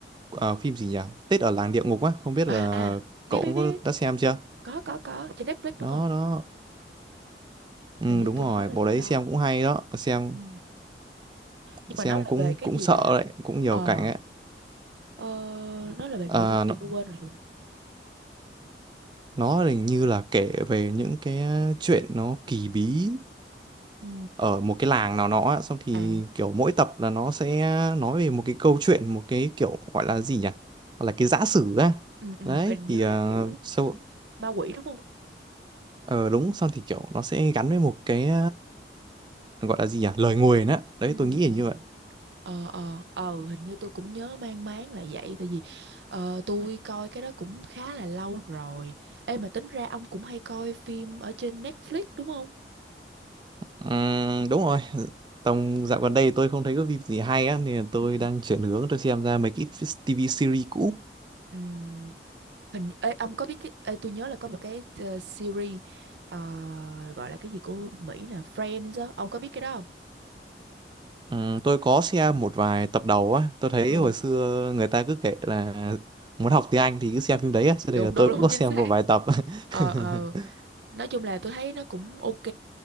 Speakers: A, on the right; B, on the right.
A: Ờ, phim gì nhỉ? Tết ở làng địa ngục á, không biết
B: à
A: là
B: à
A: cậu
B: biết biết
A: cũng
B: biết
A: có đã xem chưa?
B: có có có trên Netflix
A: Đó
B: đúng không
A: đó. Ừ
B: hình như
A: đúng
B: tôi
A: rồi,
B: nhớ là
A: bộ
B: trên
A: đấy
B: đó
A: xem cũng hay đó, xem
B: Ừ. nhưng
A: xem
B: mà nó là
A: cũng
B: về cái
A: cũng
B: gì
A: sợ
B: ta
A: đấy, cũng nhiều
B: ờ
A: cảnh ấy.
B: ờ, nó là về
A: Ờ,
B: nội dung
A: nó,
B: gì tôi quên rồi
A: nó hình như là kể về những cái chuyện nó kỳ bí
B: Ừ.
A: ở một cái làng nào đó á, xong thì
B: À.
A: kiểu mỗi tập là nó sẽ nói về một cái câu chuyện, một cái kiểu gọi là gì nhỉ? Gọi là cái giả sử á.
B: ừ, ừ,
A: Đấy
B: hình như
A: thì
B: là
A: ờ,
B: kiểu
A: sau
B: ma quỷ đúng không
A: ờ đúng xong thì kiểu nó sẽ gắn với một cái gọi là gì nhỉ lời nguyền á đấy
B: Ừ.
A: tôi nghĩ
B: Ừ.
A: là như vậy
B: ờ ờ ờ hình như tôi cũng nhớ mang máng là vậy tại vì ờ, tôi coi cái đó cũng khá là lâu rồi ê mà tính ra ông cũng hay coi phim ở trên Netflix đúng không
A: Ừm, đúng rồi tầm dạo gần đây tôi không thấy có phim gì hay á nên là tôi
B: Ừ.
A: đang chuyển hướng tôi xem ra mấy cái TV series cũ
B: Ừ. hình ê, ông có biết cái ê, tôi nhớ là có một cái ờ, series ờ, gọi là cái gì của Mỹ nè Friends á ông có biết cái đó không
A: Ừm, tôi có xem một vài tập đầu á tôi thấy
B: Ừ.
A: hồi xưa người ta cứ kể là muốn học tiếng Anh thì cứ xem phim đấy á cho nên
B: Đúng
A: là
B: đúng
A: tôi
B: đúng
A: cũng có
B: chính
A: xem
B: xác.
A: một vài tập
B: ờ
A: <laughs>
B: ờ nói chung là tôi thấy nó cũng ok